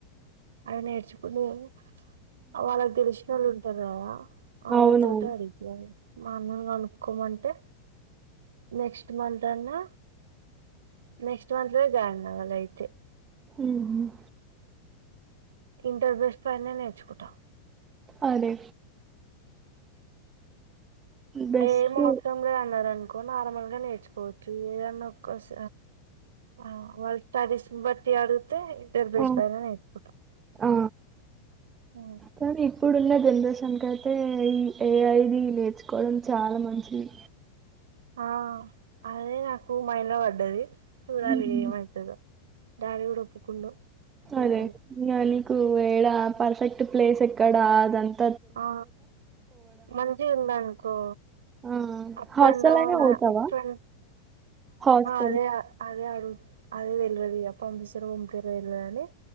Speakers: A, on the right; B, on the right.
A: అల నెర్చుకుంటూ బొవ్ ఆ వాళ్లకు తెలిసినోలు తదా అవతోటి
B: అవునవును
A: అడిగిపియ్యాలి. మా అన్నను కనుక్కోమంటే నెక్స్ ఇ మంత్ అన్నా నెక్స్ట్ మంత్ లో జాయిన్ కావాల అయితే.
B: ఉ ఉ
A: ఇంటర్ బెస్ట్డ్ పైన నేర్చుకుంటాం
B: అదే బెస్ట్
A: ఏం అవసరం లే అన్నారు ఎక్కువ నార్మల్ గా నేర్చుకోవచ్చు ఏదన్నా ఒక్క స ఆ వాళ్ళు తడిసిన బట్టి అడు తె ఇద్దర్ బేస్
B: ఆ
A: బారనే ఇట్కుట
B: ఆ
A: ఉ
B: కానీ ఇప్పుడున్న జనరేషన్కి ఐతే ఎఐ ది నేర్చుకోవడం చాలా మంచిది
A: ఆ అదే నాకు మైండ్ లో పడ్డది చూడాలి
B: ఉమ్.
A: ఏమైతదో డాడీ కూడా ఒప్పుకుండు
B: సరే
A: చూడాలి
B: <unintelligible> కు వేడా పర్ఫెక్ట్ ప్లేస్ ఎక్కడా అదంత
A: ఆ మంచి ఉందా అనుకో
B: ఆ
A: అప్
B: హాస్టల్
A: అండ్ డౌన్
B: అయినా పోతావా
A: అప్ అం
B: హాస్టల్
A: అదే అదే అడుగు అదే తెల్వదిగా పంపిస్తురాగా గుంపిరు వెల్ని